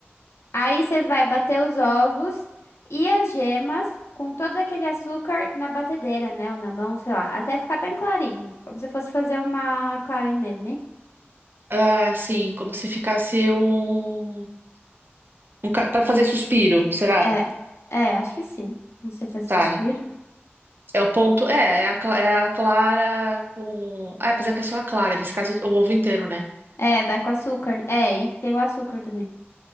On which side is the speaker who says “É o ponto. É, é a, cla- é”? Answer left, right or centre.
Right